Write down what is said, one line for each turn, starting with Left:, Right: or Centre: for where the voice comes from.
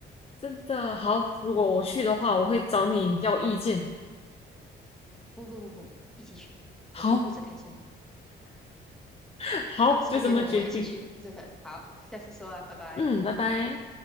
Left: 真的好。如果我去的话，我会找你要意见。
Centre: 不不不不，一起去，
Left: 好，
Centre: 我可以负责开车，
Left: <laughs> 好，
Centre: 到时候约我们一起去这个。
Left: 就这么决定。
Centre: 好，下次说啊，拜拜。
Left: 嗯，拜拜。